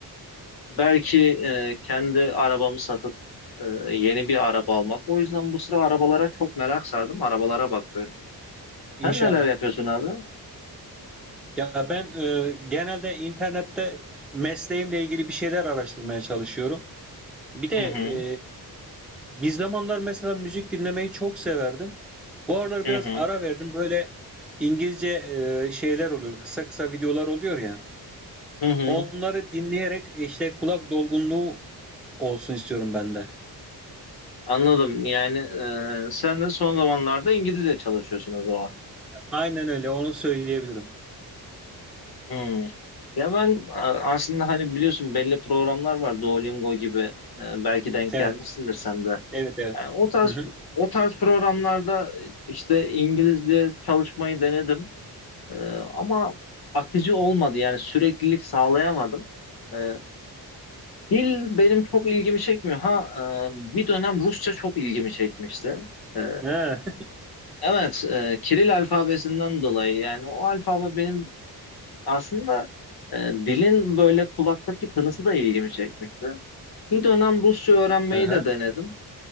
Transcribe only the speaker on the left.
belki e, kendi arabamı satıp e, yeni bir araba almak. O yüzden bu sıra arabalara çok merak sardım. Arabalara bakıyorum.
Sen neler yapıyorsun abi?
Hı hı.
Hı
hı.
Hı hı.
Anladım. Yani e, sen de son zamanlarda İngilizce çalışıyorsun o zaman.
Hmm. Ya ben a- aslında hani biliyorsun belli programlar var Duolingo gibi. E, belki denk
gelmişsindir sen de.
Yani o tarz
o tarz programlarda e, işte İngilizce çalışmayı denedim. E, ama akıcı olmadı. Yani süreklilik sağlayamadım. E, dil benim çok ilgimi çekmiyor. Ha e, bir dönem Rusça çok ilgimi çekmişti. E,
Evet, e, Kiril alfabesinden dolayı yani o alfabe benim aslında e, dilin böyle kulaktaki tınısı da ilgimi çekmişti. Bir dönem Rusça öğrenmeyi
de denedim.